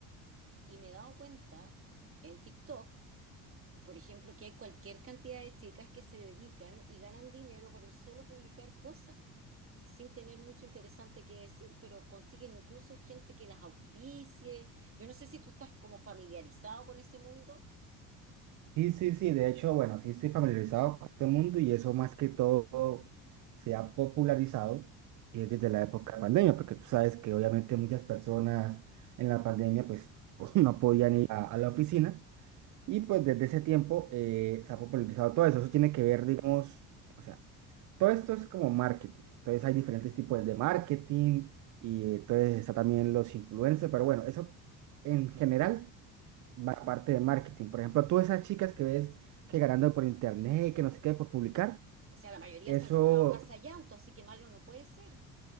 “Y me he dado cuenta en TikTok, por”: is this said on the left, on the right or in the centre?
Right